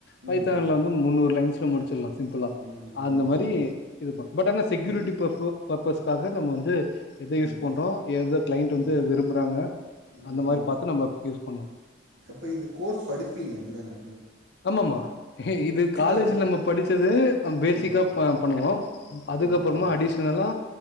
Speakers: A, on the left; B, on the right.
A: பைத்தான்ல
B: ம் ம்
A: வந்து முன்னூறு லேங் லிஸ்ல்ல முடிச்சல்லா சிம்பிளா
B: ம் ம்
A: அந்த மாரி
B: ம்
A: இது ப பட் ஆன செக்குரிட்டி
B: ம்
A: பாப்போ பா பஸ்காக நம்ம வந்து எதோ யூஸ்
B: ம்
A: பண்றோ எதோ கிளைண்ட்
B: ம்
A: வந்து விரும்புறாங்க
B: ம்
A: அந்த மாரி
B: ம்
A: பாத்து நம்ம யூஸ் பண்ணோ
B: அப்ப இது கோர்ஸ் படிப்பீங்க அப்பிடிதான
A: ஆமாம்மா இது காலேஜ்ல
B: அதுல
A: நம்ம படிச்சது பேசிக்கா
B: ம்
A: பா பண்ணுவோ அதுக்கப்புறமா
B: ம் ம்
A: அடிஷனலா